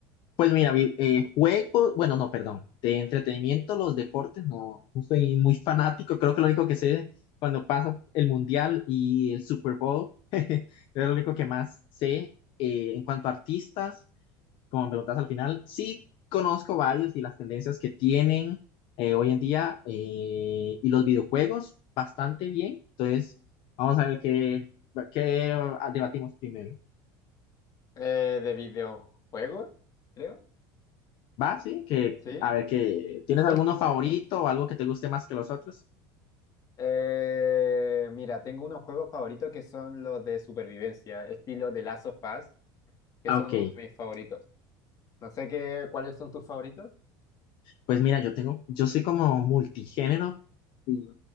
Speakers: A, on the left; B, on the left.
A: Pues mira, vi- eh, juegos, bueno, no, perdón, de entretenimiento, los deportes, no, no soy muy fanático. Creo que lo único que sé cuando pasa el Mundial y el Super Bowl, <laughs> es lo único que más sé. Eh, en cuanto a artistas, como me preguntas al final, sí conozco varios y las tendencias que tienen eh, hoy en día eh, y los videojuegos bastante bien. Entonces, vamos a ver qué, qué ah, debatimos primero.
B: Eh, de videojuegos, creo.
A: ¿Va? Sí, que
B: Sí.
A: a ver que tienes
B: Cuen-
A: alguno favorito o algo que te guste más que los otros.
B: eh, mira, tengo unos juegos favoritos que son los de supervivencia, estilo de Last of Us, que
A: Ah,
B: son
A: ok.
B: uno de mis favoritos. No sé qué, ¿cuáles son tus favoritos?
A: Pues mira, yo tengo, yo soy como multigénero y